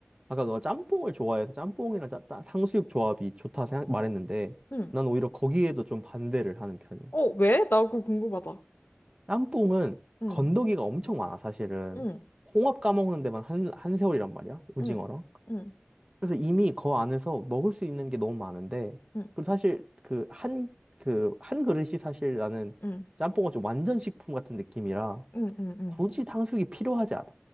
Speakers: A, on the right; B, on the left.
A: 아까 너가 짬뽕을 좋아해서 짬뽕이랑 짜- 따- 탕수육 조합이 좋다 생각 말했는데
B: 응.
A: 난 오히려 거기에도 좀 반대를 하는 편이야.
B: 어, 왜? 나 그거 궁금하다.
A: 짬뽕은
B: 응.
A: 건더기가 엄청 많아 사실은.
B: 응.
A: 홍합 까먹는 데만 한, 한 세월이란 말이야. 오징어랑.
B: 응, 응,
A: 그래서 이미 그 안에서 먹을 수 있는 게 너무 많은데
B: 응,
A: 그리고 사실 그 한, 그 한 그릇이 사실 나는
B: 응,
A: 짬뽕은 좀 완전 식품 같은 느낌이라
B: 응, 응, 응,
A: 굳이 탕수육이 필요하지 않아.